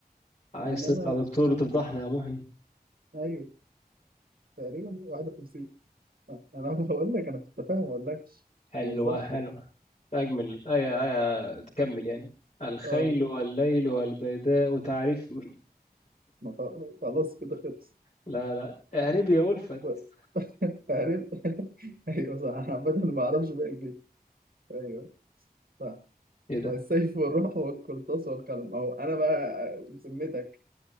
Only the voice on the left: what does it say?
عايز
تطلع
دكتور وتفضحنا يا محي
حلوة
حلوة أجمل أي أي تكمل يعني الخيل
والليل والبيداء تعرفني
لا لا اعربي يا ألفت
إيه ده